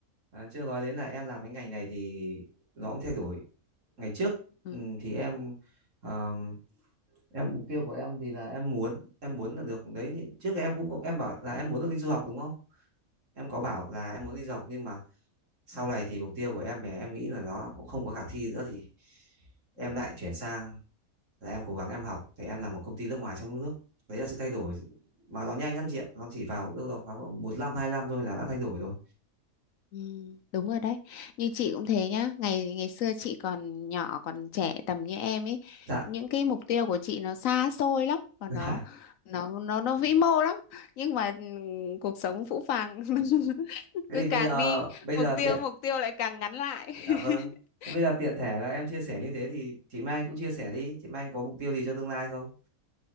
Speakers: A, on the right (about 60°); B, on the left (about 70°).
A: À, chưa nói đến là em làm cái ngành này thì nó cũng thay đổi ngày trước
B: Ừ.
A: ừ, thì em ờ, em mục tiêu của em thì là em muốn em muốn là được đấy trước em cũng em bảo là em muốn được đi du học đúng không em có bảo là em muốn đi du học nhưng mà sau này thì mục tiêu của em về em nghĩ là nó cũng không có khả thi nữa thì em lại chuyển sang là em cố gắng em học thì em làm một công ty nước ngoài trong nước đấy là sự thay đổi mà nó nhanh lắm chị ạ nó chỉ vào đâu đó khoảng một năm hai năm thôi là đã thay đổi rồi
B: Ừ, đúng rồi đấy như chị cũng thế nhá ngày ngày xưa chị còn nhỏ còn trẻ tầm như em ấy
A: dạ
B: những cái mục tiêu của chị nó xa xôi lắm và
A: <laughs>
B: nó nó nó nó vĩ mô lắm nhưng mà ừ, cuộc sống phũ phàng <laughs>
A: thế
B: cứ
A: thì
B: càng
A: bây giờ
B: đi
A: bây
B: mục
A: giờ tiện
B: tiêu mục tiêu lại càng ngắn lại
A: Dạ
B: <laughs>
A: vâng. Thế bây giờ tiện thể là em chia sẻ như thế thì chị Mai Anh cũng chia sẻ đi. Chị Mai Anh có mục tiêu gì cho tương lai không?